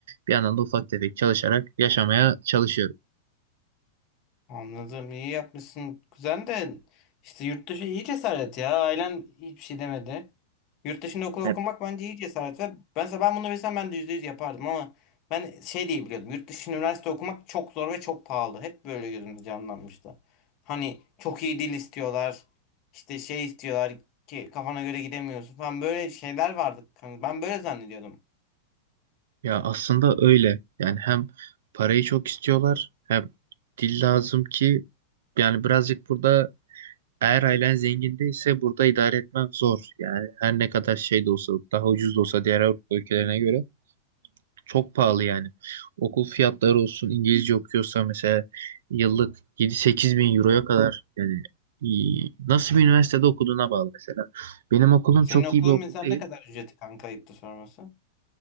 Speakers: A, on the right (about 75°); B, on the left (about 35°).
A: bir yandan da ufak tefek çalışarak yaşamaya çalışıyorum.
B: Anladım. iyi yapmışsın. Kuzen de işte yurt dışı iyi cesaret ya. Ailen hiçbir şey demedi. Yurt dışında okul
A: Hep
B: okumak bence iyi cesaret ve ben ben bunu bilsem ben de yüzde yüz yapardım ama ben şey diye biliyordum. Yurt dışında üniversite okumak çok zor ve çok pahalı. Hep böyle gözümde canlanmıştı. Hani çok iyi dil istiyorlar. işte şey istiyorlar ki kafana göre gidemiyorsun falan böyle şeyler vardı. Hani ben böyle zannediyordum.
A: ya aslında öyle. Yani hem parayı çok istiyorlar, hem dil lazım ki yani birazcık burada eğer ailen zengin değilse burada idare etmek zor. Yani her ne kadar şey de olsa, daha ucuz da olsa diğer Avrupa ülkelerine göre Çok pahalı yani. Okul fiyatları olsun İngilizce okuyorsa mesela yıllık 7-8 bin euroya kadar yani iyi. nasıl bir üniversitede okuduğuna bağlı mesela. Benim okulum
B: Senin
A: çok
B: okulun
A: iyi bir okul
B: mesela
A: değil.
B: ne kadar ücreti kanka ayıptı sorması?